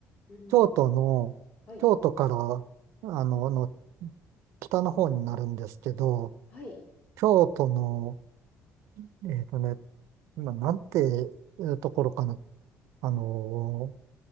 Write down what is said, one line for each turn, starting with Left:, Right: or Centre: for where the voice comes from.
Left: うん。
Right: 京都の、
Left: はい、
Right: 京都から、あの、あの北の方になるんですけど、
Left: はい、
Right: 京都のえっとね、今、なんていうところかな。あのー
Left: うん